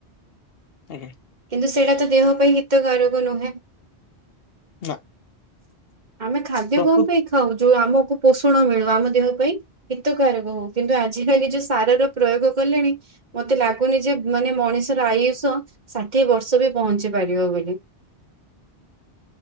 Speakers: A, on the left (about 60°); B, on the right (about 40°).
A: ଆଜ୍ଞା।
B: କିନ୍ତୁ ସେଇଟା ତ ଦେହ ପାଇଁ ହିତକାରକ ନୁହେଁ।
A: ନା।
B: ଆମେ ଖାଦ୍ୟ
A: ପ୍ରକୃତି
B: କଣ ପାଇଁ ଖାଉ ଯୋଉ ଆମକୁ ପୋଷଣ ମିଳୁ ଆମ ଦେହ ପାଇଁ ହିତକାରକ ହଉ କିନ୍ତୁ ଆଜ କାଲି ଯୋଉ ସାରର ପ୍ରୟୋଗ କଲେଣି। ମତେ ଲାଗୁନି ଯେ ମାନେ ମଣିଷର ଆୟୁଷ ଷାଠିଏ ବର୍ଷ ବି ପହଞ୍ଚି ପାରିବ ବୋଲି।